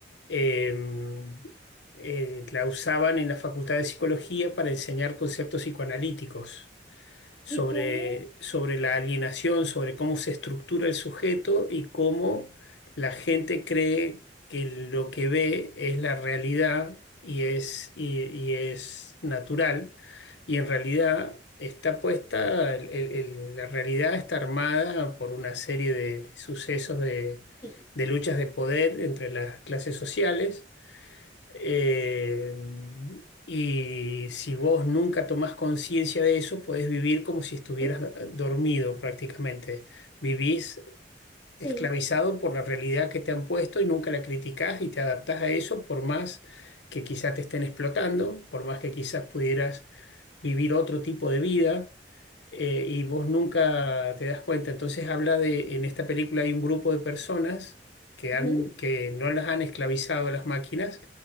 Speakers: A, on the left; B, on the left.
A: em, eh, la usaban en la Facultad de Psicología para enseñar conceptos psicoanalíticos sobre,
B: y tú?
A: sobre la alienación, sobre cómo se estructura el sujeto y cómo la gente cree que lo que ve es la realidad y es, y, y es natural, y en realidad está puesta, el- el- el- la realidad está armada por una serie de, de sucesos de
B: sí
A: de luchas de poder entre las clases sociales eh, y si vos nunca tomás conciencia de eso, podés vivir como si estuvieras
B: ah,
A: do- dormido prácticamente. Vivís
B: Sí.
A: esclavizado por la realidad que te han puesto y nunca la criticás y te adaptás a eso por más que quizás te estén explotando, por más que quizás pudieras vivir otro tipo de vida eh, y vos nunca te das cuenta. Entonces habla de, en esta película hay un grupo de personas que
B: ujú,
A: han, que no las han esclavizado a las máquinas